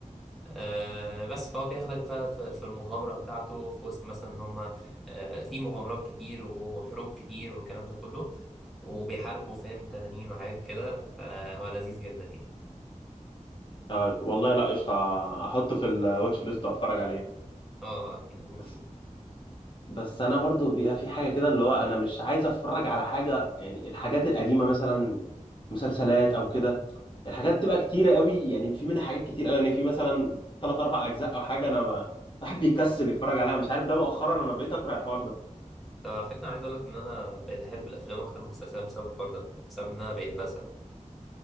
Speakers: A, in the centre; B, on the left (about 40°).
A: آه بس فهو بياخدك بقى في في المغامره بتاعته في وسط مثلا ان هم آه في مغامرات كتير وحروب كتير والكلام ده كله وبيحاربوا فاهم تنانين وحاجات كده فهو لذيذ جدا يعني
B: طيب والله لا قشطة احطه في الواتش ليست واتفرج عليه
A: اه آه، اكيد لازم
B: بس
A: تشوفه
B: بس انا برضو بيبقى في حاجة كده اللي هو انا مش عايز اتفرج على حاجة يعني الحاجات القديمة مثلا مسلسلات او كده الحاجات بتبقى كتيرة قوي يعني في منها حاجات كتير قوي يعني في مثلا ثلاث اربع اجزاء او حاجة انا ب- الواحد بيكسل يتفرج عليها مش عارف ده مؤخرا انا بقيت اكره الحوار ده
A: ففكرة عايز اقول لك ان انا بقيت احب الافلام اكتر من المسلسلات بسبب الحوار ده بسبب ان انا بقيت بزهق